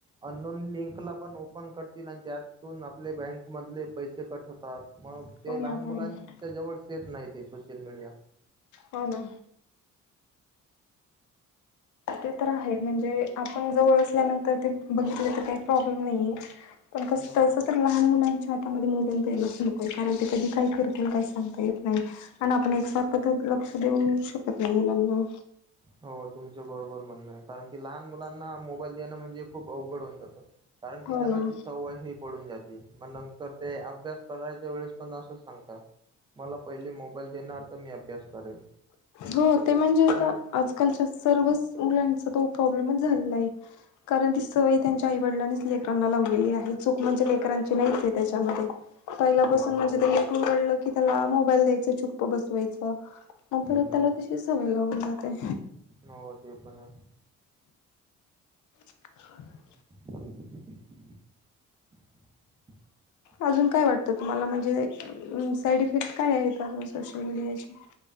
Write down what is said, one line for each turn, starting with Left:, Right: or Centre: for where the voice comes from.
Right: अननोन लिंकला पण ओपन करतील आणि त्यातून आपले बँक मधले पैसे कट होतात मग
Left: हो
Right: ते लहान
Left: ना हो
Right: मुलांच्या
Left: ना
Right: जवळ सेफ नाही ते सोशल मीडिया
Left: हो ना ते तर आहे म्हणजे आपण जवळ असल्यानंतर ते बघितलं तर काही प्रॉब्लेम नाहीेये पण कस
Right: हो
Left: तस तर लहान मुलांच्या हातामध्ये मोबाईल द्यायलाच नको कारण ते कधी काय करतील काही सांगता येत नाही आणि आपण एकसारखं तर लक्ष देऊ शकत नाही मुलांना
Right: हो तुमच्या बरोबर म्हणण आहे कारण की लहान मुलांना मोबाईल देणं म्हणजे खूप अवघड होऊन जातं कारण की
Left: हो
Right: त्यांना
Left: ना.
Right: ती सवय ही पडून जाते मग नंतर ते अभ्यास करायच्या वेळेस पण असंच सांगतात मला पहिले मोबाईल देणार तर मी अभ्यास करेन
Left: हो ते म्हणजे आता आजकालच्या सर्वच मुलांचा तो प्रॉब्लेमच झालेला आहे कारण ती सवय त्यांच्या आई वडिलांनीच लेकरांना लावलेली आहे चूक म्हणजे लेकरांची नाहीच आहे त्याच्यामध्ये पहिल्यापासून
Right: हो
Left: म्हणजे
Right: ते पण
Left: त्यान
Right: आहे
Left: रडलं की त्याला मोबाईल द्यायचं चुप बसवायचं मग
Right: त्यांना
Left: परत त्याला तशीच सवय लागून जाते
Right: हो ते पण आहे
Left: <inaudible>
Right: <inaudible>
Left: अजून काय वाटतं तुम्हाला म्हणजे साईड इफेक्ट काय आहेत अजून सोशल मीडियाचे